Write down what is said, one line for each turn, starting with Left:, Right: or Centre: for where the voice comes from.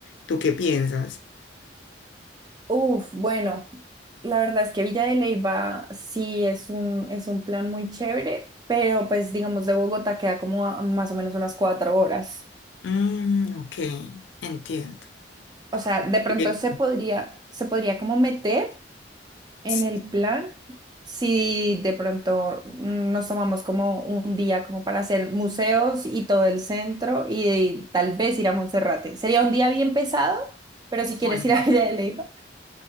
Left: ¿Tú qué piensas?
Right: Uf, bueno, la verdad es que Villa de Leyva sí es un, es un plan muy chévere, pero pues digamos de Bogotá queda como a más o menos unas cuatro horas.
Left: Mm, ok, entiendo.
Right: O sea,
Left: <laughs>
Right: de pronto
Left: Eh,
Right: se podría, se podría como meter. En
Left: sí,
Right: el plan, si de pronto mm, nos tomamos como un día como para hacer museos y todo el centro y, tal vez ir a Monserrate. Sería un día bien pesado, pero si quieres
Left: Bueno.
Right: ir <laughs> a Villa de Leyva.